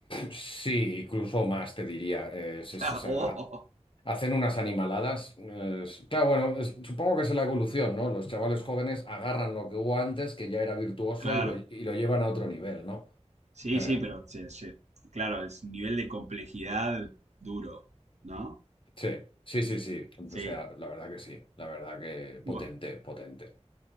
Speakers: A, on the left; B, on the right.
A: Sí, incluso más te diría. Eh, se-
B: <laughs> Claro,
A: se- se-
B: oh,
A: a- Hacen unas animaladas. eh, es- claro, bueno, es- supongo que es la evolución, ¿no? Los chavales jóvenes agarran lo que hubo antes, que ya era virtuoso,
B: claro.
A: y lo, y lo llevan a otro nivel, ¿no?
B: Sí,
A: Eh,
B: sí, pero sí, sí. Claro, es un nivel de complejidad duro, ¿no?
A: sí, sí, sí, sí.
B: Sí.
A: O sea, la verdad que sí. La verdad que potente,
B: bueno
A: potente.